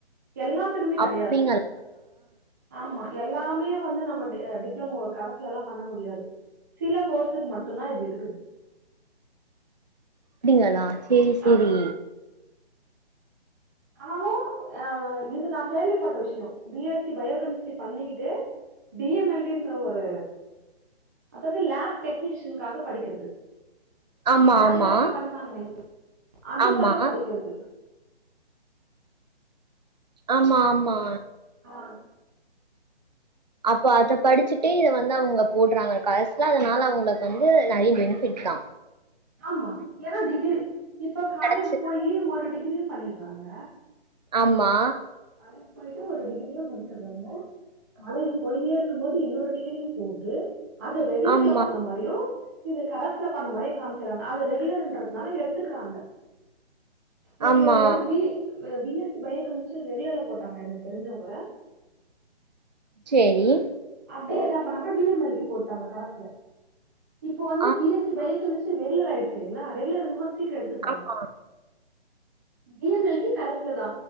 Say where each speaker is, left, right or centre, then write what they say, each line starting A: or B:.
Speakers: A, on the right (about 15°); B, on the right (about 40°).
A: எல்லாத்துக்குமே கடையாது
B: அப்டிங்களா
A: ஆமா எல்லாமே வந்து நம்ம டி டிப்ளமோ கரஸ்ல எல்லாம் பண்ண முடியாது சில கோர்ஸுக்கு மட்டும்தான் இது இருக்குது
B: அப்டிங்களா செரி செரி
A: ஆமா ஆனாலும் ஆ இது நான் கேள்விப்பட்ட விஷியம் பி எஸ்சி பயோகெமிஸ்ட்ரி பண்ணிக்கிட்டு டி எம் எல் டின்ற ஒரு அதாவது லேப் டெக்னீஷியினுக்காக படிக்கிறது
B: ஆமா
A: லேப்ல
B: ஆமா
A: போய் பண்ணுவாங்களே அதுக்காக
B: ஆமா
A: படிக்கிறது
B: ஆமா ஆமா
A: ஆ
B: அப்போ அத படிச்சிட்டே இத வந்து அவுங்க போடறாங்க கரஸ்ல அதனால அவுங்களுக்கு வந்து நறையா பெனிஃபிட் தான்
A: ஆமா ஏனா டிகிரி இப்ப காலேஜி
B: கெடச்சு
A: போயி ஒரு டிகிரி பண்ணிடறாங்க
B: ஆமா
A: காலேஜ் போயிட்டு ஒரு டிகிரியே முடிச்சறாங்க காலேஜி போயின்னே இருக்கும் போது இன்னொரு டிகிரியும் போட்டு அது ரெகுலர்ல
B: ஆமா
A: பண்ண மாரியும் இது கரஸ்ல பண்ண மாரியு காம்ச்சறாங்க அது ரெகுலர்ன்றதுனால எடுத்துக்கிறாங்க ஓகே
B: ஆமா
A: ஏனா B B S C bio chemistry ரெகுலர்ல போட்டாங்க எனக்கு தெரிஞ்சவ்ங்க
B: சேரி
A: அப்டியே என்னா பண்ணாங்கனா டி எம் எல் போட்டாங்க கரசுல இப்ப வந்து
B: ஆ
A: பி எஸ்சி பயோகெமிஸ்ரி ரெகுலர் ஆயிடுச்சீங்ளா ரெகுலர் சீக்ர எடுத்துப்பாங்க
B: ஆமா
A: டி எம் எல் டி கரசுல தா